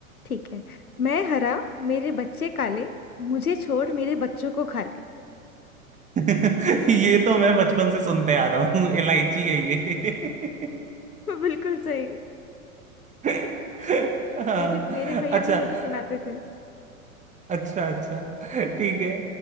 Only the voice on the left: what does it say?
ठीक है मैं हरा मेरे बच्चे काले मुझे छोड़ मेरे बच्चों को खा ले
<laughs> बिल्कुल सही
मेरे मेरे भैया
भी मुझे सुनाते थे